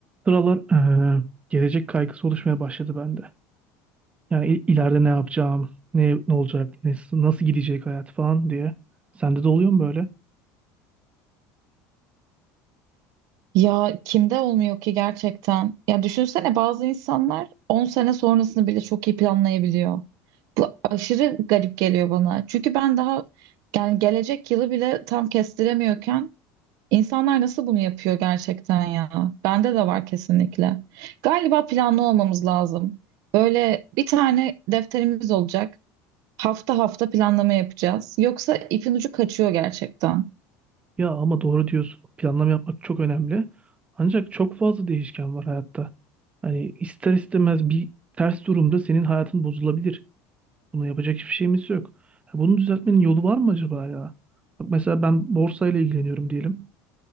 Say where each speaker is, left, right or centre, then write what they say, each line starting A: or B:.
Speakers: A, on the right; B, on the right.
A: Sıralar eee, gelecek kaygısı oluşmaya başladı bende. Yani il- ileride ne yapacağım, ne ne olacak, ne, nasıl gidecek hayat falan diye. Sende de oluyor mu böyle?
B: Ya kimde olmuyor ki gerçekten? Ya düşünsene bazı insanlar 10 sene sonrasını bile çok iyi planlayabiliyor. Bu aşırı garip geliyor bana. Çünkü ben daha yani gelecek yılı bile tam kestiremiyorken insanlar nasıl bunu yapıyor gerçekten ya? Bende de var kesinlikle. Galiba planlı olmamız lazım. Böyle bir tane defterimiz olacak. Hafta hafta planlama yapacağız. Yoksa ipin ucu kaçıyor gerçekten.
A: Ya ama doğru diyorsun. Planlama yapmak çok önemli. Ancak çok fazla değişken var hayatta. Hani ister istemez bir ters durumda senin hayatın bozulabilir. Bunu yapacak hiçbir şeyimiz yok. Ya Bunu düzeltmenin yolu var mı acaba ya? Bak mesela ben borsayla ilgileniyorum diyelim.